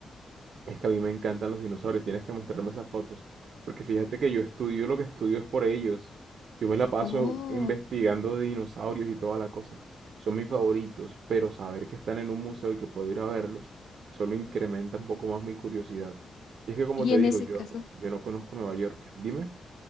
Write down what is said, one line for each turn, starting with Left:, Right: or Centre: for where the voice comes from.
Right: Es que a mí me encantan los dinosaurios, tienes que mostrarme esas fotos, porque fíjate que yo estudio lo que estudio es por ellos. Yo me la paso
Left: <laughs> Oh,
Right: investigando de dinosaurios y toda la cosa. Son mis favoritos, pero saber que están en un museo y que puedo ir a verlos solo incrementa un poco más mi curiosidad. Y es que como
Left: y
Right: te
Left: en
Right: digo,
Left: ese
Right: yo,
Left: caso.
Right: yo no conozco Nueva York. Dime.